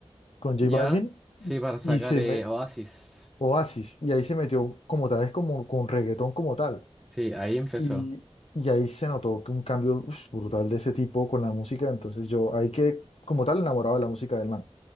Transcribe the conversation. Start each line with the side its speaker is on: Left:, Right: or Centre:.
Left: con J
Centre: Ya,
Left: Balvin
Centre: sí,
Left: y,
Centre: para sacar
Left: y se
Centre: eh,
Left: me,
Centre: Oasis.
Left: Oasis, y ahí se metió como tal, es como con reggaetón como tal.
Centre: Sí, ahí empezó.
Left: Y, y ahí se notó que un cambio uf, brutal de ese tipo con la música, entonces yo ahí que como tal enamorado de la música del man.